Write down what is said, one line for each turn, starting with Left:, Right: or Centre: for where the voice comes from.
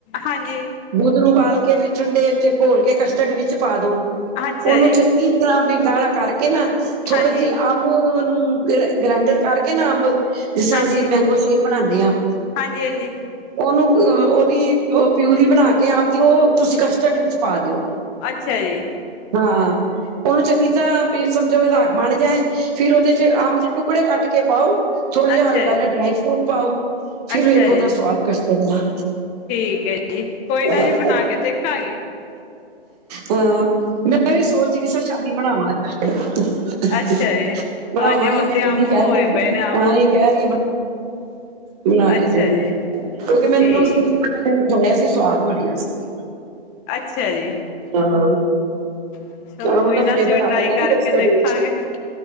Left: ਹਾਂਜੀ
Right: ਦੁੱਧ ਨੂੰ ੳਬਾਲ ਕੇ ਫਿਰ ਠੰਡੇ ਚ ਘੋਲ ਕੇ ਕਸ਼ ਗਡਵੀ ਇਚ ਪਾ ਦੋ,
Left: ਅੱਛਾ
Right: ਉਹਨੂੰ
Left: ਜੀ
Right: ਚੰਗੀ ਤਰ੍ਹਾਂ ਵੀ ਗਾੜਾ ਕਰਕੇ ਨਾ ਥੋੜੇ
Left: ਹਾਂਜੀ
Right: ਜੀ ਅੰ ੳਹ ਔਨੂੰ ਗ੍ਰੈ ਗ੍ਰੈਂਡਰ ਕਰਕੇ ਨਾ ਅੰਬ, ਜਿਸ ਤਰ੍ਹਾਂ
Left: ਹਾਂਜੀ
Right: ਅਸੀਂ ਮੈਂਗੋ ਸੇ ਕ‌ ਬਣਾਨੇ ਆ
Left: ਹਾਂਜੀ ਹਾਂਜੀ
Right: ਉਹਨੂੰ ਉਹਦੀ ਪਿਊਰੀ ਬਣਾ ਕੇ ਕਿ ਅੰਬ ਦੀ ਉਹ ਤੁਸੀਂ ਕਸਟਰਡ ਵਿੱਚ ਪਾ ਦਿਓ।
Left: ਅੱਛਾ ਜੀ।
Right: ਹਾਂ, ਉਹਨੂੰ ਚੰਗੀ ਤਰ੍ਹਾਂ ਵੀ ਸਮਝੋ <unintelligible> ਬਣ ਜਾਏ ਫਿਰ ਉਹਦੇ ਚ ਅੰਬ ਦੇ ਟੁਕੜੇ ਕੱਟ ਕੇ ਪਾਓ ਥੋੜ੍ਹਾ ਜਿਹਾ
Left: ਅੱਛਾ
Right: ਹਲਕਾ
Left: ਜੀ
Right: ਜਿਹਾ ਡਰਾਈ ਫਰੂਟ ਪਾਓ, ਫਿਰ
Left: ਅੱਛਾ
Right: ਵੇਖੋ
Left: ਜੀ
Right: ਉਹਦਾ ਸਵਾਦ ਕਸਟਰਡ ਦਾ।
Left: ਠੀਕ ਐ ਜੀ, ਕੋਈ
Right: ਹਾਂ
Left: ਨਾ ਜੀ ਬਣਾ ਕੇ ਦੇਖਾਂਗੇ।
Right: ਹਾਂ ਮੈਂ ਵੀ ਸੋਚ ਰਹੀ ਸੀ, ਸ਼ਾਮੀ ਬਣਾਵਾਂ ਅੱਜ ਕਸ਼ਟਡ।
Left: ਅੱਛਾ ਜੀ
Right: ਬਣਾਵਾਂਗੀ
Left: ਹਾਂਜੀ ਹੁਣ
Right: ਮੈਂ
Left: ਤੇ
Right: ਕਿੰਨੀ
Left: ਅੰਬ
Right: ਕਹਿ
Left: ਹੋਏ
Right: ਰਹੀ ਏ,
Left: ਪਏ ਨੇ ਅੰਬ
Right: ਹਾਂ ਇਹ ਕਹਿ ਰਹੀ ਏ ਬਣਾ
Left: ਅੱਛਾ
Right: ਕੇ ਦਿਓ
Left: ਜੀ
Right: ਕਿਉਂਕਿ ਮੈਨੂੰ
Left: ਠੀਕ
Right: ਉਸ ਦਿਨ
Left: ਹੈ
Right: <unintelligible> ਖੋਇਆ ਸੀ ਸਵਾਦ ਬਣਿਆ ਸੀ।
Left: ਅੱਛਾ ਜੀ।
Right: ਹਾਂ।
Left: ਚਲੋ
Right: ਅੰਮ
Left: ਕੋਈ
Right: ਦਾ
Left: ਨਾ
Right: ਫਲੈਵਰ
Left: ਅਸੀਂ ਵੀ ਟਰਾਈ
Right: ਆ ਜਾਂਦਾ
Left: ਕਰਕੇ
Right: ਜੀ ਕਸ਼ਟੜ
Left: ਦੇਖਾਂਗੇ
Right: ਇਚ,